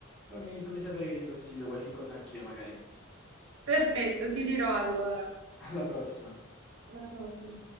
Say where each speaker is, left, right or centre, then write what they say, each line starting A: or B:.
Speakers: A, in the centre; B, on the right.
A: Fammi, fammi sapere che ti consiglio qualche cosa anch'io, magari.
B: Perfetto, ti dirò allora.
A: <laughs> Alla prossima.
B: Alla prossima.